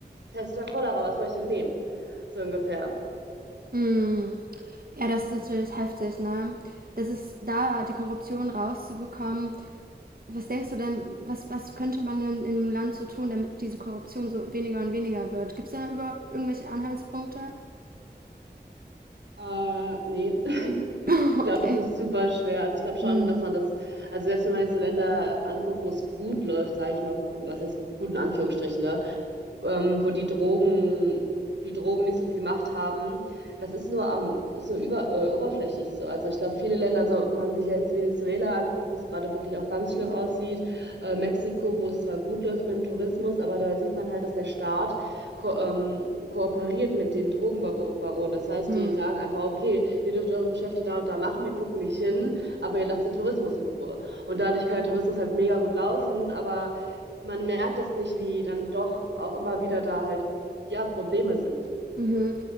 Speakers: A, on the right; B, on the right.
A: Pest oder Cholera, was soll ich denn nehmen? So ungefähr.
B: Mm. Ja, das ist natürlich heftig, ne? Das ist da, die Korruption rauszubekommen, Was denkst du denn, was, was könnte man denn im Land so tun, damit diese Korruption so weniger und weniger wird? Gibt es da überhaupt irgendwelche Anhaltspunkte?
A: Äh, nee, <laughs>
B: <laughs>
A: ich glaube, das ist
B: okay.
A: super schwer. Also ich glaube schon,
B: Hm,
A: dass man das, also selbst wenn man jetzt so Länder anguckt, wo es gut läuft, sage ich mal, was heißt gut in Anführungsstrichen, ne? ähm, wo die Drogen, die Drogen nicht so viel Macht haben, das ist nur am, ist nur über, äh, oberflächlich so. Also ich glaube, viele Länder, so, ob man sich jetzt Venezuela anguckt, wo es gerade wirklich auch ganz schlimm aussieht, äh, Mexiko, wo es zwar gut läuft mit dem Tourismus, aber da sieht man halt, dass der Staat ko ähm, kooperiert mit den Drogenbaronen. Das heißt,
B: hm,
A: die sagen einfach, okay, ihr dürft eure Geschäfte da und da machen, wir gucken nicht hin, aber ihr lasst den Tourismus in Ruhe. Und dadurch kann der Tourismus halt mega gut laufen, aber man merkt das nicht, wie dann doch auch immer wieder da halt, ja, Probleme sind.
B: Mhm.